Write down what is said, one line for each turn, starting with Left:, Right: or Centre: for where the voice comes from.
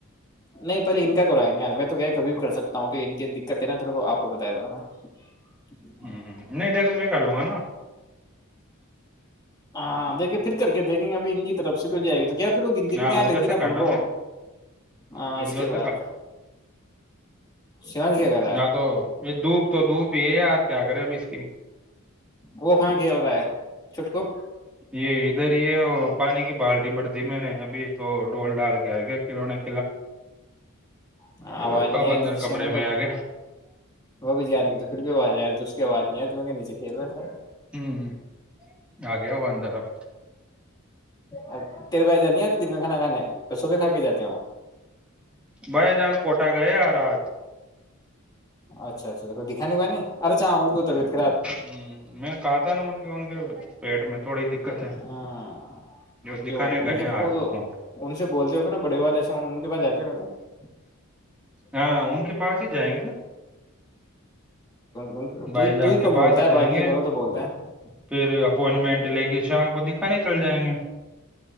Left: نہیں پہلے ان کا کروائیں گے یار میں تو کیا ہے کبھی بھی کر سکتا ہوں پ ان کی دقت ہے نا تھ آپ کو بتایا تھا نا <unintelligible>
Centre: ہ نہیں د تو میں کر لوں گا نا <inaudible>
Left: ہاں دیکے پھر کر کے دیکھیں گ ابھی ان کی طرف سے کوئی جائے گا تو کیا پھر وہ گنتی
Centre: ہاں
Left: بھی دھیان
Centre: ادھر
Left: رہتی
Centre: سے
Left: نا اپن
Centre: کرنا
Left: کو
Centre: پھر
Left: ہاں
Centre: پھر
Left: اس
Centre: ادھر
Left: کے بعد سیون کیا کر رہا ہے
Centre: ہاں تو یہ دھوپ تو دھوپ ہی یار <unintelligible> کیا کریں ابھی اس کی
Left: وہ کہاں کھیل رہا ہے چٹک <inaudible>
Centre: یہ ادھر یہ پانی کی بالٹی بڑ دھیمے نے ابھی تو <unintelligible> ڈول ڈال گیا ہے گیا کلو نے <unintelligible>
Left: آواز
Centre: تو
Left: نہیں
Centre: اب اندر
Left: آ رہی تھی جسے
Centre: کمرے
Left: م
Centre: میں آ گیا
Left: وہ بھی جان کے تو پھر بھی آواز آ رہیھی اس کی آواز نہیں آی ت نیچے چنا سر <inaudible>
Centre: ہوں آ گیا ہو اندر آف <inaudible>
Left: اچا <inaudible> تیر بجے جانی تو دن میںن کانا کانے سبھی کھا کے جاتے ہیں وہ <inaudible>
Centre: بھائی جان کوٹا گئے اراج
Left: اچھا اچھا دکھا اےا ان کووبیعت
Centre: ہ مین کاٹا ہے نا منک من کے <inaudible> تھوڑی دقت
Left: ہاں
Centre: ہے دکھانے
Left: جو ان
Centre: گئے
Left: کے
Centre: ہیں آج
Left: وہ
Centre: موٹ
Left: ان سے بولتے <inaudible> نا بڑے والے ہیں ان کے پس جاتے ہو گے تو <inaudible>
Centre: ہاں ان کے پاس ہی جائیں گے نا <inaudible>
Left: ہم <inaudible>
Centre: بھائی جان
Left: تو ہی
Centre: کے
Left: کم بولتا
Centre: پاس
Left: ہے
Centre: جائیں
Left: باقی
Centre: گے
Left: یہ دونوں تو بولتا ہے <unintelligible>
Centre: پھر اپوائنٹمنٹ لے کےے شام کو دکھا <inaudible> کان چل جائیں گے <inaudible>